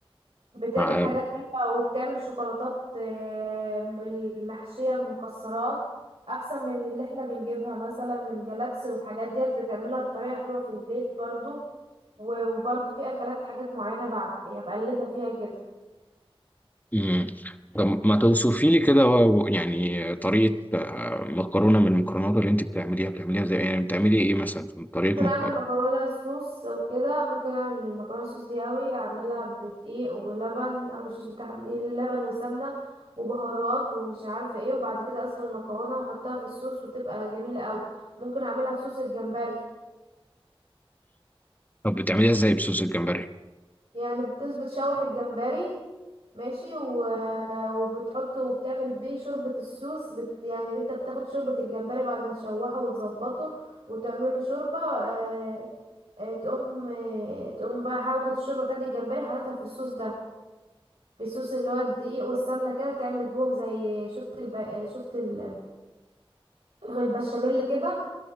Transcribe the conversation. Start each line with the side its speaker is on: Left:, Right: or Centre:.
Right: بتعمل
Left: آه،
Right: حاجات حلوة وبتعمل شوكولاتات آه، بالمحشية مكسرات احسن من اللي احنا بنجيبها مثلا من جالاكسي والحاجات ديت بتعملها بطريقة حلوة في البيت برضو و- وبرضو في اكلات حاجات معينة بعم- يعني بقلدها فيها كده
Left: مم. طب ما توصفي لي كده و- يعني طريقة آه، مكرونة من المكرونات اللي انت بتعمليها بتعمليها ازاي يعني بتعملي ايه مثلا في طريقة
Right: ممكن
Left: مك...
Right: اعمل مكرونة صوص وكده ممكن اعمل المكرونة صوص دي قوي اعملها بدقيق ولبن اعمل الصوص بتاعها بدقيق لبن وسمنة وبهارات ومش عارفة ايه وبعد كده اسلق المكرونة واحطها في الصوص وتبقى جميلة قوي ممكن اعملها في صوص الجمبري
Left: طب بتعمليها ازاي بصوص الجمبري
Right: يعني بتس بتشوح الجمبري ماشي و... وبتحطه وبتعمل بيه شوربة السوس بت... يعني انت بتاخد شوربة الجمبري بعد ما تشوحه وتظبطه وتعمله شوربة آه... آه... تقوم آه... تقوم بقى حا- واخد الشوربة بتاعت الجمبري حاططها في الصوص ده في الصوص اللي هو الدقيق والسمنة كده تعمل بهم زي شفت الب... آه، شفت ال... البشاميل كده